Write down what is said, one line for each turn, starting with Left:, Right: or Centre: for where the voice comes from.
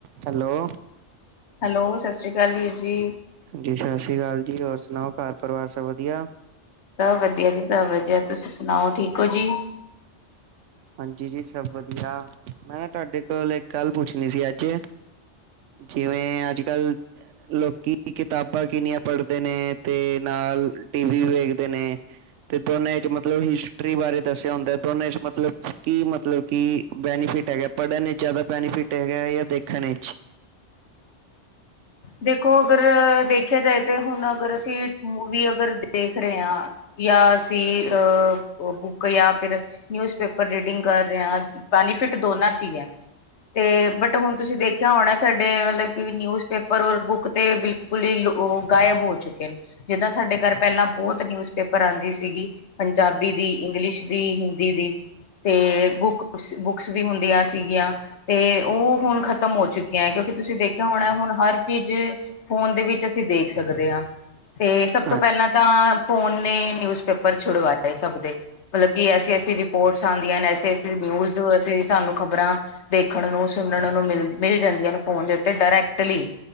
Right: Hello.
Left: Hello ਸਸ੍ਰੀ ਕਾਲ ਵੀਰ ਜੀ।
Right: ਜੀ ਸਸੀ ਕਾਲ ਜੀ ਹੋਰ ਸੁਣਾਓ ਘਰ ਪਰਿਵਾਰ ਸਬ ਵਦੀਆਂ।
Left: ਸਬ ਵਦੀਆਂ ਜੀ ਸਬ ਵਦੀਆਂ, ਤੁਸੀਂ ਸੁਣਾਓ ਠੀਕ ਓ ਜੀ।
Right: ਹਾਂਜੀ ਜੀ ਸਬ ਵਦੀਆਂ ਮੈਂ ਨਾ ਤੁਆਡੇ ਕੋਲ਼ ਇੱਕ ਗੱਲ ਪੁੱਛਣੀ ਸੀ ਆੱਜ ਜਿਵੇਂ ਆੱਜ-ਕੱਲ ਲੋਕੀ ਕਿਤਾਬਾਂ ਕਿੰਨੀਆਂ ਪੜ੍ਹਦੇ ਨੇ ਤੇ ਨਾਲ ਟੀ ਵੀ ਵੇਖਦੇ ਨੇ ਤੇ ਦੋਂਨੇਂ ਚ ਮਤਲਬ ਹਿਸਟਰੀ ਬਾਰੇ ਦੱਸਿਆ ਹੁੰਦਾ ਦੋਂਨੇਂ ਚ ਮਤਲਬ ਕੀ ਮਤਲਬ ਕਿ ਬੈਨੀਫਿਟ ਹੈਗਾ ਪੜ੍ਹਨ ਇੱਚ ਜਾਦਾ ਬੈਨੀਫਿਟ ਹੈਗਾ ਥਾ ਦੇਖਣ ਇੱਚ।
Left: ਦੇਖੋਂ ਅਗਰ ਦੇਖਿਆਂ ਜਾਏ ਤੇ ਹੁਣ ਅਗਰ ਅਸੀਂ ਮੂਵੀ ਅਗਰ ਦੇਖ ਰਹੇ ਆ ਯਾ ਅਸੀਂ ਅ ਬੁੱਕ ਯਾ ਫਿਰ ਨਿਊਜ਼ਪੇਪ ਰ ਰੀਡਿੰਗ ਕਰ ਰਹੇਂ ਆ ਬੈਨੀਫਿਟ ਦੋਨਾਂ ਚ ਈ ਐ। ਤੇ ਬਟ ਹੁਣ ਤੁਸੀਂ ਦੇਖਿਆਂ ਹੋਣਾ ਸਾਡੇ ਮਲਬ ਨਿਊਜ਼ ਪੇਪਰ ਔਰ ਬੁੱਕ ਤੇ ਬਿਲਕੁਲ ਈ ਲੋ ਗਾਇਬ ਹੋ ਚੁੱਕੇ ਨੇ। ਜਿੱਦਾਂ ਸਾਡੇ ਕਰ ਪੈਲਾਂ ਬੋਹਤ ਨਿਊਜ਼ ਪੇਪਰ ਆਂਦੀ ਸੀਗੀ। ਪੰਜਾਬੀ ਦੀ, ਇੰਗਲਿਸ਼ ਦੀ, ਹਿੰਦੀ ਦੀ। ਤੇ ਬੁੱਕ ਸ ਬੁੱਕਸ ਵੀ ਹੁੰਦੀਆਂ ਸੀਗੀਆ। ਤੇ ਉਹ ਹੁਣ ਖ਼ਤਮ ਹੋ ਚੁੱਕੀਆਂ ਕਿਉਂਕਿ ਤੁਸੀਂ ਦੇਖਿਆ ਹੋਣਾ ਹੁਣ ਹਰ ਚੀਜ਼ ਫ਼ੋਨ ਦੇ ਵਿੱਚ ਅਸੀਂ ਦੇਖ ਸਕਦੇ ਆ ਤੇ ਸਭ
Right: ਹਾਂ
Left: ਤੋਂ ਪੈਲਾਂ ਦਾ ਫ਼ੋਨ ਨੇ ਨਿਊਜ਼ ਪੇਪਰ ਛੁਡਵਾਏ ਸਭ ਦੇ। ਮਲਬ ਕਿ ਐਸੀ-ਐਸੀ ਰਿਪੋਰਟਸ ਆਂਦੀਆਂ ਨੇ ਐਸੀ-ਐਸੀ ਨਿਊਜ਼ ਅਸੀਂ ਸਾਨੂੰ ਖ਼ਬਰਾਂ ਦੇਖਣ ਨੂੰ ਸੁਣਨ ਨੂੰ ਮਿਲ, ਮਿਲ ਜਾਂਦੀਆਂ ਨੇ ਫ਼ੋਨ ਦੇ ਉੱਤੇ ਡਾਇਰੈਕਟਲੀ।